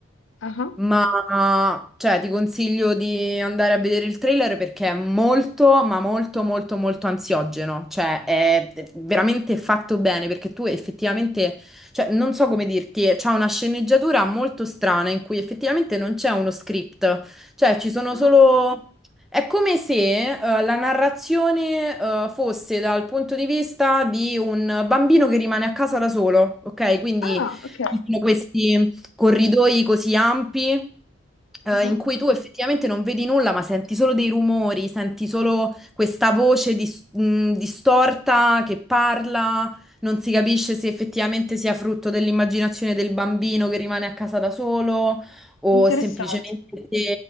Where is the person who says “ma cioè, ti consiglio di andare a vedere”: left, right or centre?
Centre